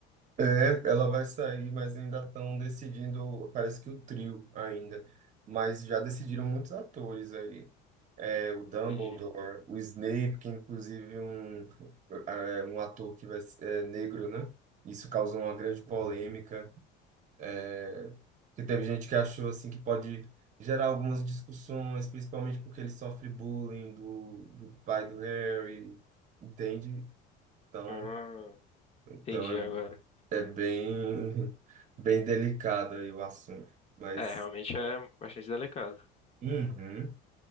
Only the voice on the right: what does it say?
É, ela vai sair, mas ainda estão decidindo, parece que o trio ainda, mas já decidiram muitos atores aí. É,
o Dumbledore,
o Snape, que é inclusive um, é, um ator que vai, ser- é negro, né? Isso causou uma grande polêmica. É, que teve gente que achou assim que pode gerar algumas discussões, principalmente porque ele sofre bullying do, do pai do Harry, entende? Então,
então
é, é bem, <laughs> bem delicado aí o assunto. Mas,
uhum.